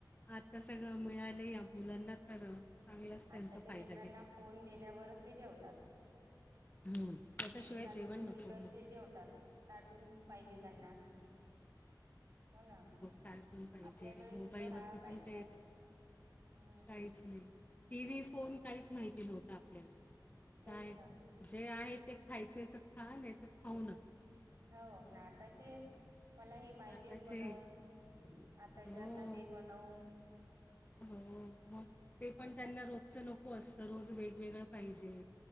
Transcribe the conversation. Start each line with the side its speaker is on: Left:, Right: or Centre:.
Left: आता सगळं मिळालंय या मुलांना तर चांगलाच त्यांचा
Right: आत्ताच्या
Left: फायदा
Right: लेकरांना
Left: घेतात
Right: फोन
Left: ते
Right: दिल्यावरच ते जेवतात.
Left: हम्म. त्याच्याशिवाय
Right: टी. व्ही चालू
Left: जेवण
Right: ठेवली
Left: नको
Right: तर
Left: मग
Right: ते
Left: त्यांना
Right: जेवतात कार्टून पाहिजे त्यांना. हो ना
Left: कार्टून पाहिजे
Right: आपल्या वेळे
Left: मोबाईलवरती
Right: कुठं का काहीच
Left: पण तेच
Right: नाही. हम्म
Left: काहीच नाही टी व्ही, फोन काहीच माहिती नव्हता आपल्याला.
Right: तेच
Left: काय
Right: तर.
Left: जे आहे ते खायचे तर खा नाही तर खाऊ नका.
Right: हो न आताचे मला हे पाहिजेच
Left: आताचे
Right: बनवून. आताच्या
Left: हो,
Right: आता दे बनवून.
Left: हो मग ते
Right: नाही
Left: पण त्यांना
Right: का
Left: रोजचं नको असतं रोज वेगवेगळ पाहिजे.